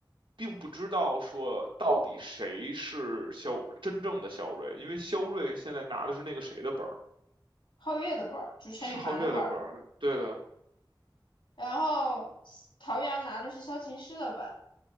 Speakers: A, on the right (about 75°); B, on the left (about 85°).
A: 并不知道说到底谁是肖真正的肖瑞，因为肖瑞现在拿的是那个谁的本儿，
B: 皓月的本儿就陈雨涵的本儿，
A: 是皓月的本儿，对的，
B: 然后陶阳拿的是萧琴师的本，